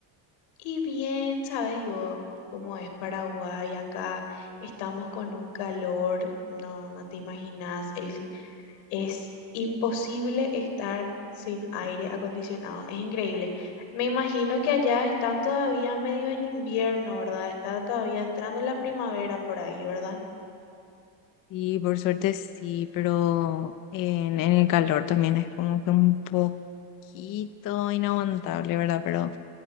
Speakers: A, on the left; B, on the left.
A: Y bien, sabes luego cómo es Paraguay acá. Estamos con un calor, no, no te imaginas. El, Es imposible estar sin aire acondicionado. Es increíble. Me imagino que allá están todavía medio en invierno, ¿verdad? Está todavía entrando la primavera por ahí, ¿verdad?
B: Sí, por suerte sí, pero en, en el calor también es como que un poquito inaguantable, ¿verdad? Pero